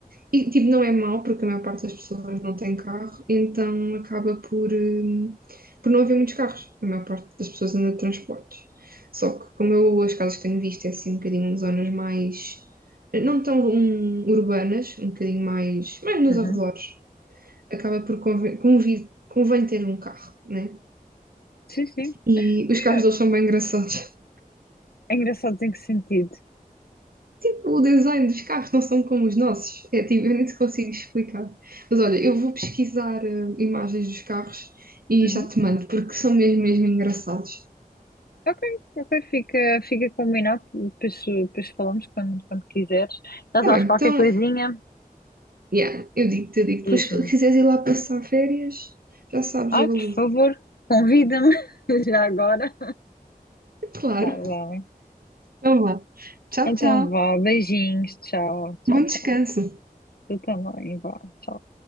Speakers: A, on the right; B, on the left.
A: E, tipo, não é mau, porque a maior parte das pessoas não tem carro, então acaba por, hum, por não haver muitos carros. A maior parte das pessoas anda de transportes. Só que, como eu, as casas que tenho visto é assim um bocadinho em zonas mais. não tão hum, urbanas, um bocadinho mais. mais nos
B: uhum.
A: arredores. acaba por convir, convir, convém ter um carro, né?
B: Sim, sim.
A: E
B: É,
A: os carros deles são bem engraçados. <laughs>
B: é engraçado em que sentido?
A: Tipo, o design dos carros não são como os nossos. É, tipo, eu nem te consigo explicar. Mas olha, eu vou pesquisar eh, imagens dos carros e
B: Uhum.
A: já te mando, porque são mesmo, mesmo engraçados.
B: Ok, ok, fica, fica combinado, depois, depois falamos quando, quando quiseres. Já
A: Tá
B: sabes,
A: bem,
B: qualquer
A: então,
B: coisinha,
A: yeah, eu digo-te, eu digo. Depois,
B: diz-me.
A: se quiseres ir lá passar férias, já sabes,
B: Ai,
A: eu
B: por
A: aludo.
B: favor, Convida-me <laughs> já agora.
A: Claro.
B: tá bem.
A: Então vá. Tchau,
B: Então
A: tchau.
B: vá, beijinhos, tchau, tchau,
A: Bom descanso.
B: tchau. Tu também, vá, tchau.